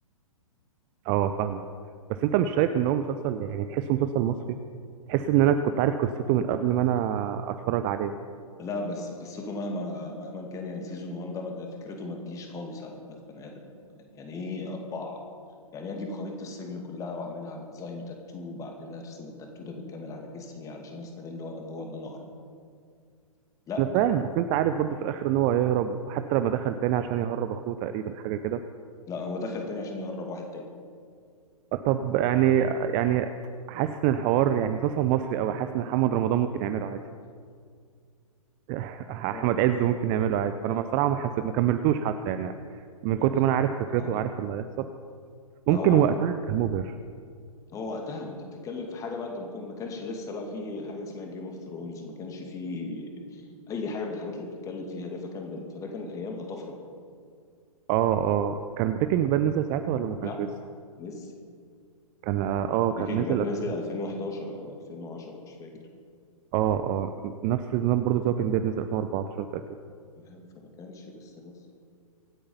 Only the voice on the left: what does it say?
لا بس قصته مهما مهما كان يعني سيزون 1 ده ما- ده فكرته ما تجيش خالص على دماغ بني ادم يعني يعني ايه اطبع يعني إيه اجيب خريطة السجن كلها واعملها على ديزاين تاتو وبعدين ارسم التاتو ده بالكامل على جسمي علشان استغل وانا جوه ان انا اهرب لا
لا هو دخل تاني عشان يهرب واحد تاني
<laughs>
من
الغاية.
حاجة
<laughs>
لا
هو
هو وقتها ما انت بتتكلم في حاجه بقى انت ما كنت ما كانش لسه بقى في حاجه اسمها جيم اوف ثرونز ما كانش في اي حاجه من الحاجات اللي بتتكلم فيها ده فكان بن- فده كان ايامها طفره
لا
لسه
بريكنج
باد نزل
2011 او 2010 مش فاكر
فاهم فما كانش لسه نزل